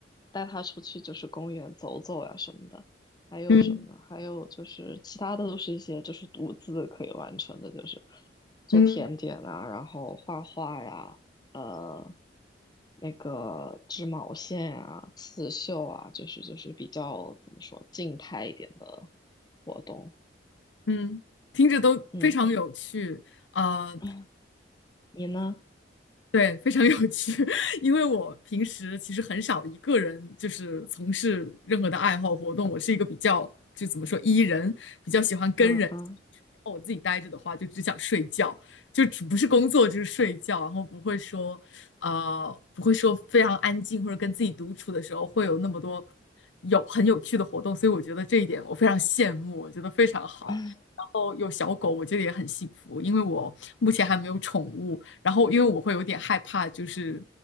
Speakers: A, on the left; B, on the left.
A: 带他出去就是公园走走呀、什么的，还有什么呢？
B: 嗯
A: 还有就是其他的都是一些就是独自可以完成的，就是做甜点啊，
B: 嗯
A: 然后画画呀，呃，那个织毛线啊、刺绣啊，就是就是比较怎么说静态一点的活动。
B: 嗯，听着都非常有趣。
A: 嗯，
B: 呃，
A: <clears throat> 你呢？
B: 对，非常有趣，<laughs> 因为我平时其实很少一个人就是从事任何的爱好活动，我是一个比较就怎么说 E 人，比较喜欢跟人。
A: 嗯嗯，
B: 然后我自己待着的话，就只想睡觉，就只不是工作就是睡觉，然后不会说呃不会说非常安静或者跟自己独处的时候会有那么多有很有趣的活动，所以我觉得这一点我非常羡慕，我觉得非常好。
A: <laughs>
B: 哦，有小狗，我觉得也很幸福，因为我目前还没有宠物。然后因为我会有点害怕，就是